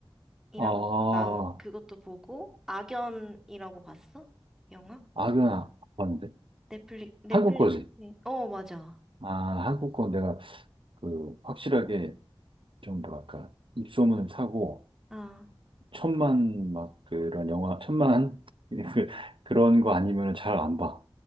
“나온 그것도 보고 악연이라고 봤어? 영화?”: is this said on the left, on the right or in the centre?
Centre